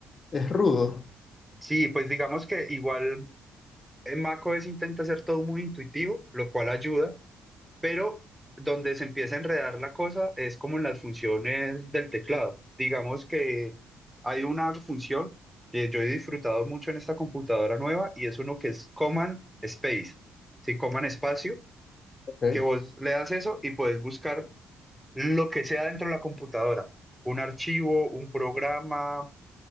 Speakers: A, on the left (about 40°); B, in the centre.
A: Es rudo.
B: Sí, pues digamos que igual en macOS intenta hacer todo muy intuitivo, lo cual ayuda, pero donde se empieza a enredar la cosa es como en las funciones del teclado. Digamos que hay una función que yo he disfrutado mucho en esta computadora nueva y es uno que es Command Space, sí, Command Espacio,
A: Ok,
B: que vos le das eso y puedes buscar lo que sea dentro de la computadora un archivo, un programa,